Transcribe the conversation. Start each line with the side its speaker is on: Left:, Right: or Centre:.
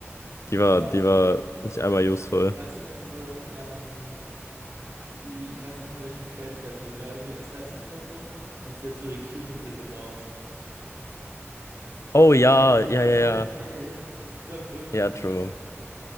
Left: Die war,
Right: Aber
Left: die war nicht einmal useful.
Right: weißt du noch diese, ähm, die, ich weiß nicht mehr, welchen Trait sie hatte. Sie war irgendwie Assassin oder so. Und sie hat so ihre Q die ganze Zeit gebounced.
Left: Oh ja, ja,
Right: Die war
Left: ja,
Right: so
Left: ja.
Right: OP. Die war wirklich
Left: Ja,
Right: krass.
Left: true.